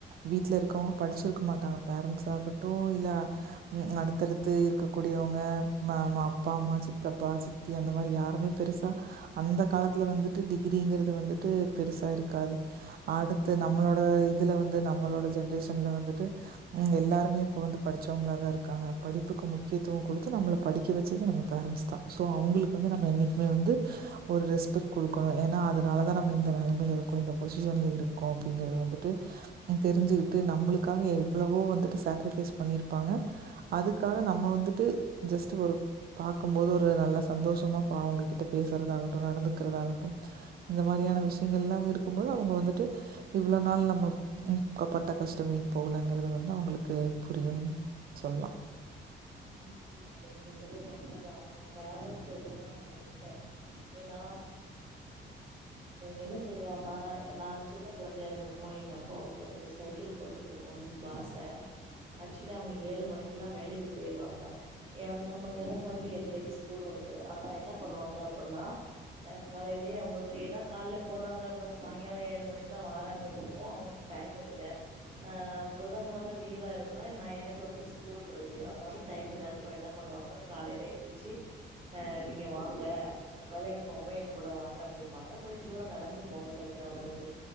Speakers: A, on the right (about 50°); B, on the right (about 30°).
A: வீட்ல இருக்கவங்க படிச்சிருக்க மாட்டாங்க பேரண்ஸ் ஆகட்டும் இல்ல உம் அடுத்தடுத்து இருக்ககூடியவங்க மாமா அப்பா அம்மா சித்தப்பா சித் தி அந்த மாரி யாருமே பெருசா அந்த காலத்துல வந்துட்டு டிகிரிங்கிறது வந்துட்டு பெருஸ் தா இருக்காது அடுத்து நம்மளோட இதுல வந்து நம்மளோட ஜென்ரேஷன்ல வந்துட்டு எல்லாருமே இப்ப வந்து படிச்சவங்கள தான் இருக்காங்க படிப்புக்கு முக்கியத்துவம் கொடுத்து நம்மள படிக்க வச்சது நமக்கு பேரன்ஸ் தான் ஸோ அவங்களுக்கு வந்து நம்ம என்னைக்குமே வந்து ஒரு ரெஸ்பெக்ட் குடுக்கணு ஏனா அதனாலதா நம்ம இந்த நெல மேல இருக்கோம் இந்த பொசிஷன்ல இருக்கோம் அப்டிங்கறது வந்துட்டு தெரிஞ்சுகிட்டு நம்மளுக்காக எவ்ளவோ வந்துட்டு சேக்கரிபைஸ் பண்ணிருப்பாங்க அதுக்காக நம்ம வந்துட்டு ஜஸ்ட் ஒரு பாக்கும் போது ஒரு நல்ல சந்தோஷமா பா அவங்ககிட்ட பேசுறதாகட்டும் நடந்துக்கிறதாகட்டும் இந்த மாதிரியான விஷயங்கள் எல்லாம் அங்க இருக்கும்போது அவங்க வந்துட்டு இவ்ளோ நாள் நம்ம பட்ட கஷ்டம் வீண் போகலங்கறது வந்து அவங்களுக்கு புரியும் செல்லோம்
B: கண்டிப்பா தோழி நீங்க சொல்றது உண்மதான் நம்ம பேரன்ஸ் இல்லன்னா நம்ம இல்ல ஏன்னா என்ன சொல்லுவாங்க ஏன்னா சின்ன குழந்தைகளுக்கு போய் எங்க அப்பா வந்து எனக்கு சைக்கிள் ஓட்டி கொடுக்கனும் ரொம்ப ஆச ஆக்சுவலி அவங்க ஏழு மணிக்கு எல்லாம் வேலைக்கு போயிருவாங்க ஏன் நம்ம எனக்கு வந்து எட்டரைக்கு ஸ்கூல் உண்டு ஆனா என்ன பண்ணுவாங்க அப்டின்னா ஆ காலையிலயே அவங்களுக்கு ஏன்னா காலைல போறாங்க அப்பறம் சாயங்காலம் ஏழு மணிக் தான் வராங்க போப்போம் அவங்களுக்கு டைம் இல்ல அஹ் புதன்கிழம லீவ்வா இருந்தா ந எனக்கு வந்து ஸ்கூல் இருக் கு அதனால டைம் இல்லாதப்ப என்ன பண்ணுவாங்க காலையில எழுந்திச்சு அஹ் நீங்க வாங்க வேலைக்கு போம்போது என் கூட வாங்க அப்டின்பாங்க கொஞ்சம் தூரம் நடந்து போவோம் சைக்கில் வாங்கறதுக்கு